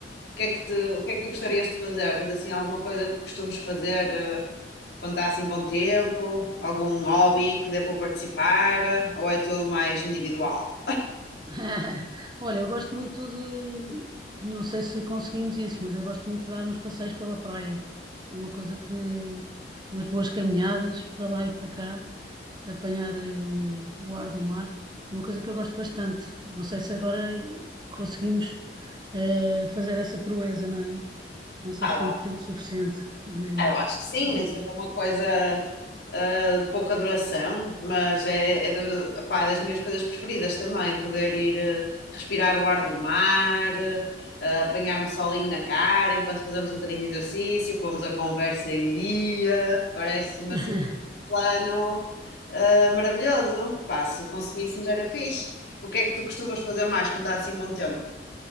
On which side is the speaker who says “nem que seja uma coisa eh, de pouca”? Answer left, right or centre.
Left